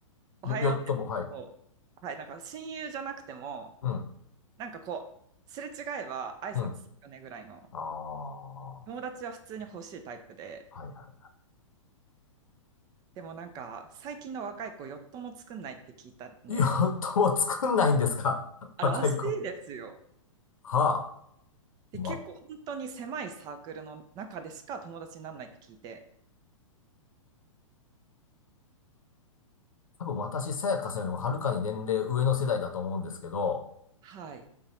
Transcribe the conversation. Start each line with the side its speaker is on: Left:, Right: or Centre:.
Right: おはようって、
Left: よ、よっとも、はい。
Right: こう、はい、なんか親友じゃなくても、
Left: うん、
Right: なんかこう、すれ違えば挨拶するよねぐらいの、
Left: うん。ああ、は
Right: 友達は普通に欲しいタイプで、
Left: いは
Right: でもなんか、最近の若い子、よっとも作んないって聞いたんで、
Left: い。よっとも作んないんですか <laughs>
Right: あ、
Left: 若い子。
Right: らしいですよ。
Left: はあ。
Right: で、
Left: まあ、
Right: 結構本当に狭いサークルの中でしか友達にならないって聞いて、
Left: 多分私、さやかさんよりもはるかに年齢上の世代だと思うんですけど、
Right: はい。